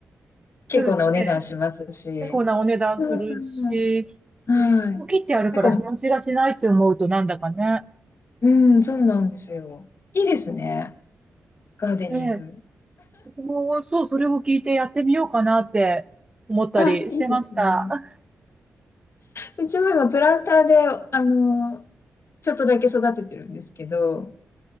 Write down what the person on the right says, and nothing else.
すね、結構なお値段するし、
もう切ってあるから日持ちがしないって思うとなんだかね。
ええ。私も、そう、それを聞いてやってみようかなって思ったりしてました。
あ、